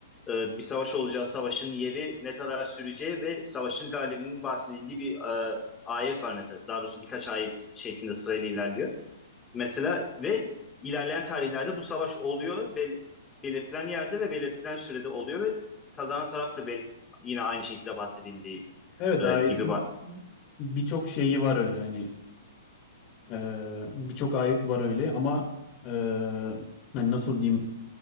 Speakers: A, on the left; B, on the left.
A: e, bir savaş olacağı, savaşın yeri ne kadar süreceği ve savaşın galibinin bahsedildiği bir e, ayet var mesela. Daha doğrusu birkaç ayet şeklinde sırayla ilerliyor. Mesela ve ilerleyen tarihlerde bu savaş oluyor. bel- belirtilen yerde ve belirtilen sürede oluyor ve kazanan taraf da be- yine aynı şekilde bahsedildiği
B: Evet
A: e,
B: ayetin
A: gibi. Ba-
B: birçok şeyi var öyle hani e, birçok ayet var öyle ama e, hani nasıl diyeyim